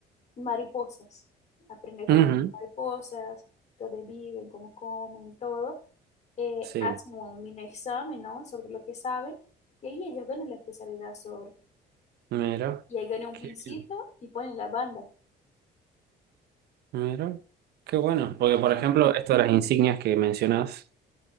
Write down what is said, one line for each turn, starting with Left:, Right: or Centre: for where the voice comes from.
Left: mariposas, aprende todo
Right: Ujú,
Left: tipo de mariposas, dónde viven, cómo comen, todo, eh,
Right: Sí,
Left: hacen un mini examen, ¿no? Sobre lo que saben, y ahí ellos ganan la especialidad sobre.
Right: mira,
Left: Y ahí ganan un
Right: qué
Left: pincito
Right: bien.
Left: y ponen la banda.
Right: Mira, qué bueno.
Left: Sí,
Right: Porque,
Left: es
Right: por
Left: muy
Right: ejemplo,
Left: lindo.
Right: esto de las insignias que mencionas.